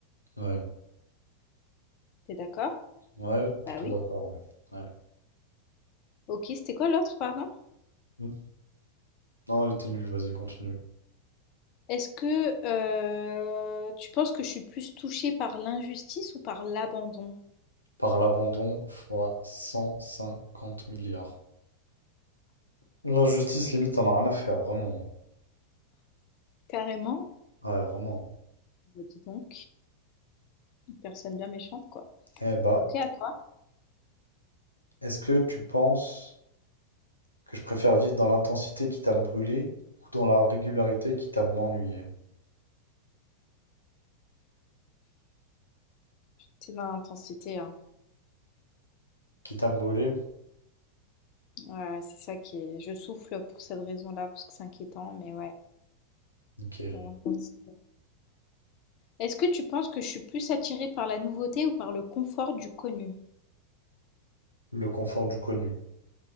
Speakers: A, on the left; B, on the left.
A: Ouais.
B: T'es d'accord?
A: Ouais, plutôt
B: Bah oui.
A: d'accord. Ouais.
B: Ok, c'était quoi l'autre, pardon?
A: Ouais. Non, il était nul, vas-y, continue.
B: Est-ce que euh, tu penses que je suis plus touchée par l'injustice ou par l'abandon?
A: Par l'abandon fois 150 milliards. L'injustice, limite, t'en as rien à faire, vraiment.
B: Carrément?
A: Ouais, vraiment.
B: Bah dis donc, une personne bien méchante, quoi.
A: Eh bah,
B: Ok, à toi.
A: est-ce que tu penses que je préfère vivre dans l'intensité qui t'a me brûlé ou dans la régularité qui t'a m'ennuyé?
B: C'est dans l'intensité, hein.
A: Qui t'a me brûlé?
B: Ouais, c'est ça qui est... Je souffle pour cette raison-là, parce que c'est inquiétant, mais ouais.
A: Nickel.
B: c'est dans l'intensité. Est-ce que tu penses que je suis plus attirée par la nouveauté ou par le confort du connu?
A: Le confort du connu,